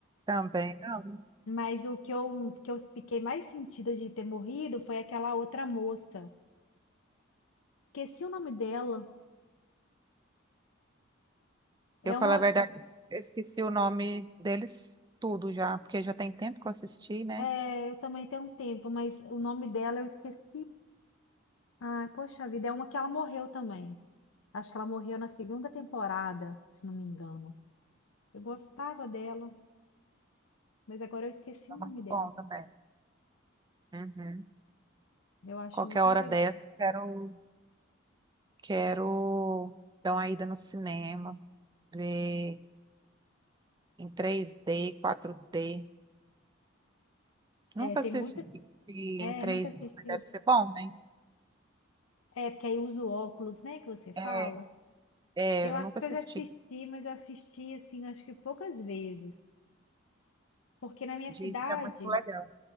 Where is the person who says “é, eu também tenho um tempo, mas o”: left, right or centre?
Left